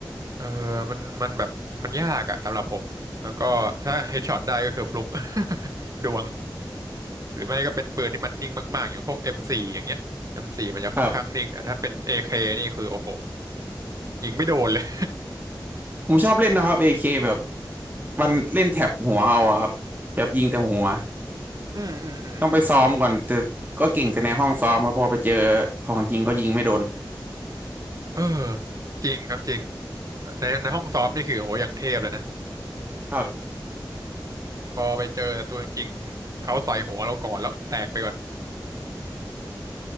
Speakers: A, on the right (about 45°); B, on the right (about 20°).
A: เออมันมันแบบมันยากอะสำหรับผมแล้วก็ถ้าเฮดช็อตได้ก็คือฟลุก <laughs> ดวงหรือไม่ก็เป็นปืนที่มันนิ่งมากๆอย่างพวก M4 อมโฟร์อย่างเงี้ย M4 มโฟร์มันจะค่อนข้างนิ่งแต่ถ้าเป็น
B: <laughs> ครับ
A: AK นี่คือโอ้โหยิงไม่โดนเลย
B: ผมชอบเล่นนะครับ AK แบบวันเล่นแถบหัวเอาอะครับแบบยิงแต่หัว
A: <laughs> อืมอืมอืม
B: ต้องไปซ้อมก่อนแต่ก็เก่งแต่ในห้องซ้อมครับพอไปเจอของจริงก็ยิงไม่โดน
A: เออจริงครับจริงในในห้องซ้อมนี่คือโอ้โหอย่างเทพเลยนะ
B: <laughs> ครับ
A: พอไปเจอศัตรูจริงๆเขาใส่หัวเราก่อนแล้วแตกไปก่อน